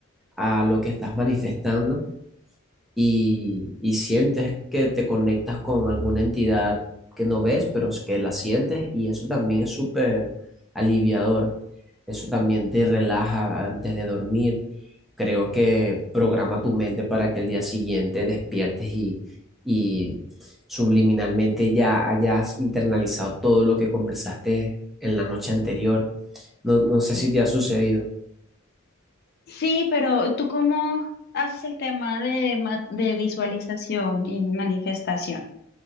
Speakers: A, in the centre; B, on the left.
A: a lo que estás manifestando y, y sientes que te conectas con alguna entidad que no ves, pero es que la sientes y eso también es súper aliviador. Eso también te relaja antes de dormir. Creo que programa tu mente para que el día siguiente despiertes y, y subliminalmente ya hayas internalizado todo lo que conversaste en la noche anterior. No, no sé
B: eh.
A: si te ha sucedido.
B: Sí, pero ¿tú cómo haces el tema de, ma- de visualización y manifestación?